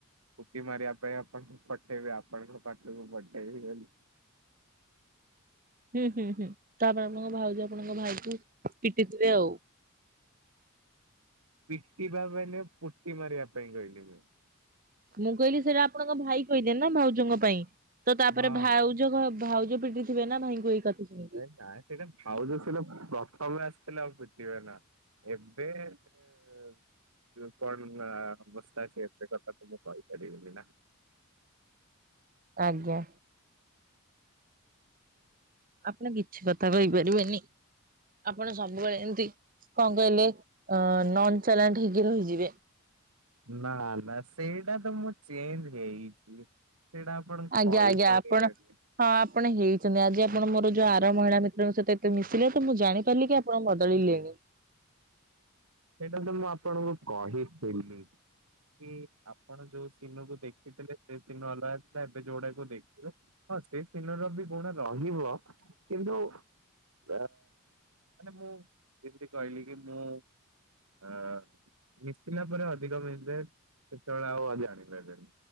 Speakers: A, on the right; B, on the right.
A: <unintelligible> ମାରିବା ପାଇଁ ଆପଣଙ୍କୁ ପଠେଇବ ଆପଣଙ୍କ ପାଖକୁ ପଠେଇବ ବୋଲି
B: ହୁଁ ହୁଁ ହୁଁ। ତାପରେ ଆପଣଙ୍କ ଭାଉଜ ଆପଣଙ୍କ ଭାଇଙ୍କୁ ପିଟି ଥିଲେ ଆଉ
A: ପିଟିବା ମାନେ ପୋଟିି ମାରିବା ପାଇଁ କହିଲେ।
B: ମୁଁ କହିଲି ସେଇଟା ଆପଣଙ୍କ ଭାଇ କହିଥୀଏ ନା ଭାଉଜଙ୍କ ପାଇଁ ତ ତାପରେ
A: ହଁ
B: ଭାଉ ଜ ଭାଉଜ ପିଟି ଥିବେ ନା ଭାଇଙ୍କୁ ଏଇ କଥା ଶୁଣି।
A: ଏ ନାଇଁ ସେଇଟା ଭାଉଜ ସେଟା ପ୍ରଥମେ ଆସିଥିଲେ ପିଟିବେ ନା। ଏବେ ଏ ଏବେ କଣ ନା ଅବସ୍ଥା ଅଛି ଏତେ କଥା ତ ମୁଁ କହିପାରିବିନି ନା।
B: ଆଜ୍ଞା। ଆପଣ କିଛି କଥା କହିପାରିବେନି। ଆପଣ ସବୁବେଳେ ଏମତି କଣ କହିଲେ ଅ ନନ୍ ଚାଲାଣ୍ଟ ହେଇକି ରହିଯିବେ।
A: ନା ନା ସେଇଟା ତ ମୁଁ ଚେଞ୍ଜ ହେଇଛି ସେଇଟା ଆପଣ
B: ଆଜ୍ଞା
A: କହିପାରିବେନି।
B: ଆଜ୍ଞା ଆପଣ ହଁ ଆପଣ ହେଇଛନ୍ତି ଆଜି। ଆପଣ ମୋର ଯୋଉ ଆର ମହିଳା ମିତ୍ରଙ୍କ ସହିତ ଏତେ ମିଶିଲେ ତ ମୁଁ ଜାଣିପାରିଲି କି ଆପ୍ ପଣ ବଦଳିଲେଣି।
A: <inaudible> ସେଇଟା ତ ମୁଁ ଆପଣଙ୍କୁ କହିଥିଲି କି ଆପଣ ଯୋଉ ଦିନକୁ ଦେଖିଥିଲେ ସେ ଦିନ ଅଲଗା ଥିଲା ଏବେ ଯୋଉଡାକୁ ଦେଖିଲ ହଁ ସେ ଦିନ ର ବି କଣ ରହିବ କିନ୍ତୁ ଅ ମାନେ ମୁଁ ଯେମିତି କହିଲି କି ମୁଁ ଅ ମିଶିଲା ପରେ ଅଧିକ ମିଶେ ସେତେବେଳେ ଆଉ ଜାଣି ପାରେନି।